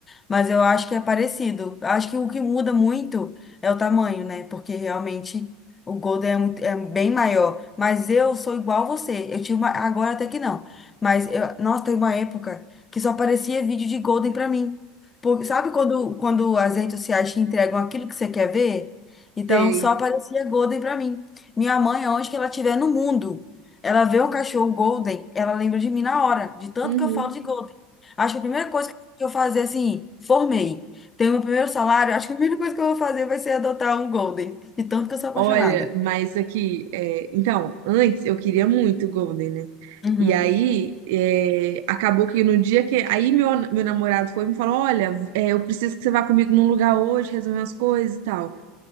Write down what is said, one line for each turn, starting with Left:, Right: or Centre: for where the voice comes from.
Left: Mas eu acho que é parecido. Eu Acho que o que muda muito é o tamanho, né? Porque realmente o Golden é, muito- é bem maior. Mas eu sou igual a você. Eu tive uma. Agora até que não. Mas eu, nossa, teve uma época que só aparecia vídeo de Golden pra mim. Por- sabe quando, quando as redes sociais te entregam aquilo que você quer ver? Então
Right: Sei.
Left: só aparecia Golden pra mim. Minha mãe, aonde que ela estiver no mundo, ela vê um cachorro Golden, ela lembra de mim na hora, de tanto
Right: Uhum.
Left: que eu falo de Golden. Acho que a primeira coisa que eu vou fazer assim, formei, tenho meu primeiro salário, acho que a primeira coisa que eu vou fazer vai ser adotar um Golden, de tanto que eu sou apaixonada.
Right: Olha, mas aqui, é, então, antes eu queria muito Golden, né?
Left: Uhum.
Right: E aí, é, acabou que no dia que. Aí meu, meu namorado foi e me falou: Olha, é, eu preciso que você vá comigo num lugar hoje, resolver umas coisas e tal.